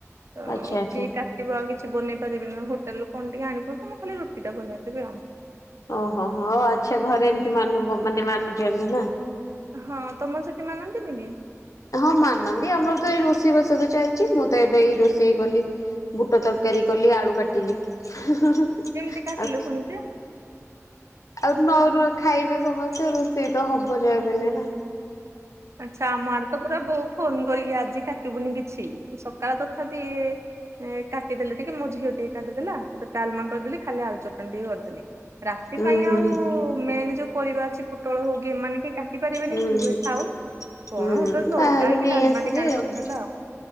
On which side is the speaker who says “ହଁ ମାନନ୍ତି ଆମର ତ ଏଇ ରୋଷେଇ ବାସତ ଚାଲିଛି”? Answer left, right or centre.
Left